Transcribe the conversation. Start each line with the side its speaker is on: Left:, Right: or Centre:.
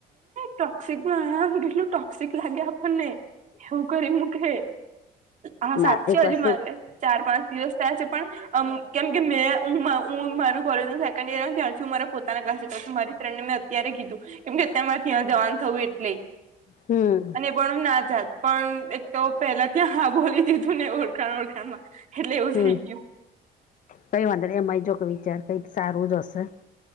Right: ટોક્સિક કેટલું ટોક્સિક લાગે આપણને. એવું કરી મ કે, હા, સાત
Left: ના
Right: છે
Left: એક વસ્તુ
Right: હજુ મારે. ચાર-પાચ દિવસ થયા છે પણ. કેમ કે મે, હું મારું કોલેજ ન સેકન્ડ ઈયર ત હું મારા પોતાના ક્લા કર છું, મારી ફ્રેન્ડને મે. ત્યારે કીધું, કેમ કે અતંરે ત્યાં જવાનું થવું એટલે.
Left: હમ.
Right: અને પણ હું ના જાત પણ એ તો પહેલા ત્યાં હા બોલી દીધુંને ઓળખાણ ઓળખાણમાં. એટલે એવું
Left: હમ
Right: થઈ ગયું.
Left: કઈ વાંધો નહીં એમાંય જો કે વિચાર કંઈક સારું જ હશે.